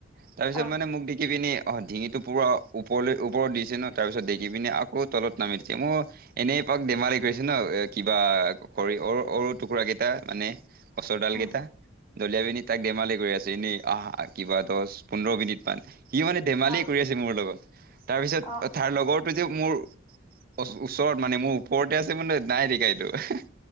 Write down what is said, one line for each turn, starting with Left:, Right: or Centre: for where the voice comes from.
Right: তাৰ পিছত
Left: অ অ
Right: মানে মোক দেখি পিনে অ', ডিঙিটো পূৰা ওপৰলৈ ওপৰত দিছে ন', তাৰপিছত দেখি পিনে আকৌ তলত নামি দিছে মোৰ এনেই পাক বেমাৰ হৈ কৰিছে ন' এ' কিবা, খৰি অ' সৰু টুকুৰাকেইটা মানে কছৰ ডাল
Left: উম
Right: কেইটা, দলিয়া পিনে তাক ধেমালি কৰি আছোঁ এনেই। আহা কিবা দহ পোন্ধৰ মিনিটমান, সি মানে ধেমালিয়
Left: অ
Right: কৰি আছে মোৰ লগত। তাৰপিছত
Left: অ
Right: তাৰ লগৰটো যে মোৰ ওচৰত মানে মোৰ ওপৰতে আছে, মই মানে নাই দেখা এইটো।